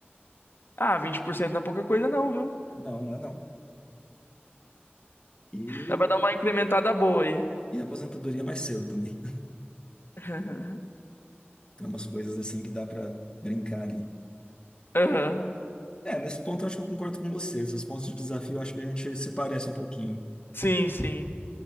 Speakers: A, on the left (about 60°); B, on the left (about 25°).
A: ah, 20% não é pouca coisa não, viu?
B: Não, não é não. E,
A: Dá pra dar uma incrementada boa aí.
B: e a aposentadoria é mais cedo também.
A: <laughs>
B: Tem umas coisas assim que dá pra brincar ali.
A: Aham.
B: É, nesse ponto eu acho que eu concordo com vocês. Os pontos de desafio eu acho que a gente se parece um pouquinho.
A: Sim, sim.